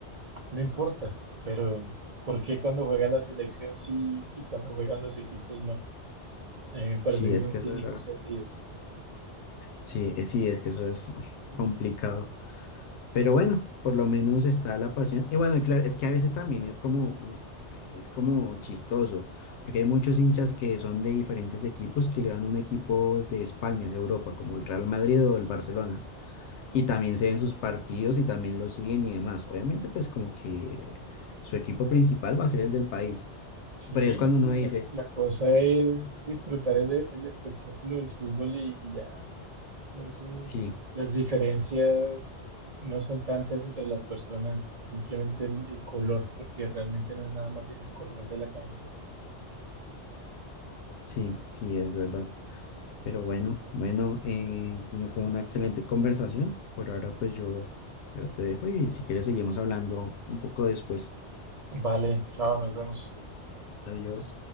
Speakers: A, on the right; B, on the left.
A: no importa. Pero, ¿por qué cuando juega la selección sí y cuando juegan los equipos no? A mí me parece
B: Sí,
A: que
B: es
A: eso no
B: que
A: tiene
B: eso era,
A: ningún sentido.
B: sí, eh, sí, es que eso es <laughs> complicado. Pero bueno, por lo menos está la pasión. Y bueno, y claro, es que a veces también es como, mm, es como chistoso, porque hay muchos hinchas que son de diferentes equipos que le van a un equipo de España, de Europa, como el Real Madrid o el Barcelona. y también se ven sus partidos y también lo siguen y demás. Obviamente, pues como que su equipo principal va a ser el del país.
A: Sí,
B: Pero es
A: es
B: cuando uno
A: la,
B: dice,
A: la cosa es disfrutar el, el espectáculo del fútbol y, y ya. Eso,
B: sí,
A: las diferencias no son tantas entre las personas, es simplemente el el color, porque realmente no es nada más sino el color de la camiseta.
B: sí, sí, es verdad. Pero bueno, bueno, eh, Gino, fue una excelente conversación. Por ahora, pues yo, yo te dejo y si quieres seguimos hablando un poco después.
A: Vale, chao, nos vemos.
B: Adiós.